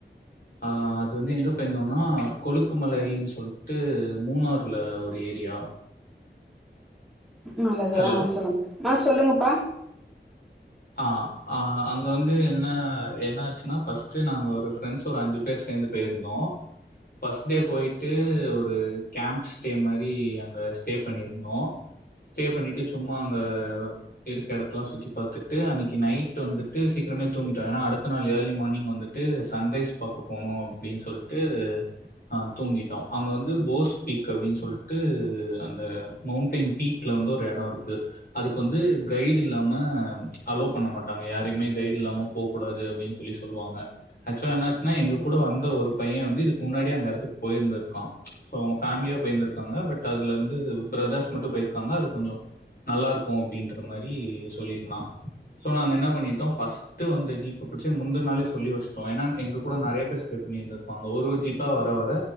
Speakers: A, on the left; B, in the centre.
A: ஆ அது வந்து எங்கே போயிருந்தோனா கொழுக்கு மலைன்னு சொல்ட்டு மூணார்ல ஒரு ஏரியா
B: நல்லது
A: ஹலோ
B: ஆ சொல்லுங்க ஆ சொல்லுங்கப்பா
A: ஆ ஆ அங்க வந்து என்ன என்ன ஆச்சுன்னா ஃபஸ்ட்டு நாங்க ஒரு ஃப்ரெண்ட்ஸ் ஒரு அஞ்சு பேர் சேந்து போய் இருந்தோ ஃபஸ்ட் டே போயிட்டு ஒரு கேம்ப் ஸ்டே மாரி அங்க ஸ்டே பண்ணியிருந்தோ ஸ்டே பண்ணிட்டு சும்மா அங்க இருக்க எடத்துலா சுத்தி பாத்து ட்டு அன்னிக்கு நைட வந்துட்டு சீக்கிரமே தூங்கிட்டோ ஏனா அடுத்த நாள் ஏர்லி மார்னிங் வந்துட்டு சன்ரைஸ் பாக்க போனு அப்டின் சொல்ட்டு ஆ தூங்கிட்டோ அங்க வந்து போஸ் பீக் அப்டின்னு சொல்ட்டு அந்த மௌண்டைன் பீக்ல வந்து ஒரு எடோ இருக்கு அதுக்கு வந்து கைட் இல்லாம அல்லோ பண்ண மாட்டாங்க யாரையுமே கைட் இல்லாம போ கூடாது அப்டின்னு சொல்லி சொல்லுவாங்க ஆக்சுவலா என்ன ஆச்சுன்னா எங்க கூட வந்த ஒரு பைய வந்து இதுக்கு முன்னாடி அந்த எடத்துக்கு போயிருந்துருக்கா சோ அவங்க ஃபேமிலியா போயந்திருக்காங்க பட் அதுல இருந்து பிரதர்ஸ் மட்டு போயிருக்காங்க அது கொஞ்சொ நல்லா இருக்கு அப்டின்ற மாரி சொல்லியிருந்தா சோ நாங்க என்ன பண்ணிட்டோ ஃபஸ் ட்டு வந்த ஜீப்ப புடிச்சு முந்த நாளே சொல்லி வச்ட்டோ ஏன்னா எங்க கூட நறைய பேர் ஸ்டே பண்ணி இருந்து ப்பாங்க ஒரு ஒரு ஜீப்பா வர வர